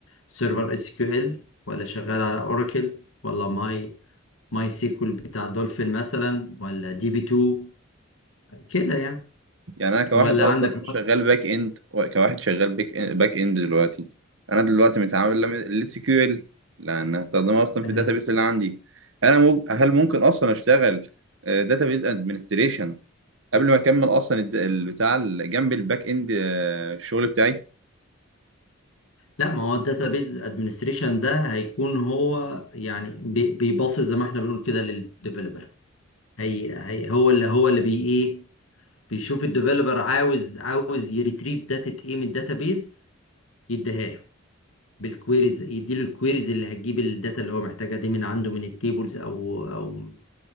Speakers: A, on the left (about 80°); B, on the right (about 65°).
A: سيرفر اس كيو ال ولا شغال على اوراكل ولا ماي ماي سيكول بتاع دولفين مثلا ولا دي بي 2 كده يعني
B: يعني انا كواحد
A: ولا
B: اصلا
A: عندك
B: شغال باك اند كواحد شغال باك اند باك إند دلوقتي انا دلوقتي متعامل ال سي كيو ال لان هستخدمها اصلا
A: مم.
B: في الداتابيس اللي عندي انا مو- هل ممكن اصلا اشتغل داتابيس ادمنستريشن قبل ما اكمل اصلا الد- ال- بتاع ال- جنب الباك اند آه، الشغل بتاعي
A: لا ما هو الداتابيز ادمنستريشن ده هيكون هو يعني بي- بيباصي زي ما احنا بنقول كده للديفلوبر هي هي هو اللي هو اللي بي ايه بيشوف الديفلوبر عاوز عاوز يريتريف داتا ايه من الداتابيز يديها له بالكويريز يديله الكويريز اللي هتجيب الداتا اللي هو محتاجها دي من عنده من التيبلز او او